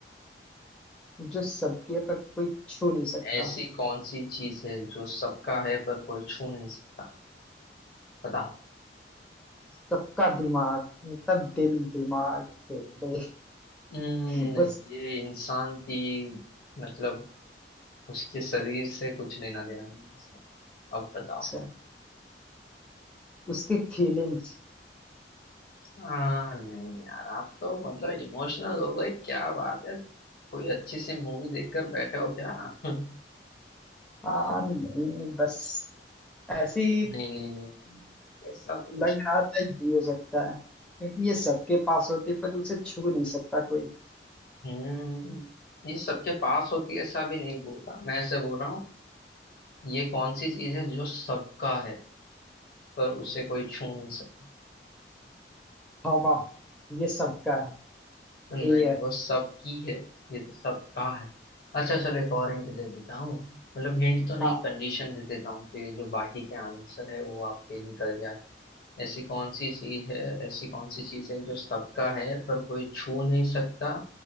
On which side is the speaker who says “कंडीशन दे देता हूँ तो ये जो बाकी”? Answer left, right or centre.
Left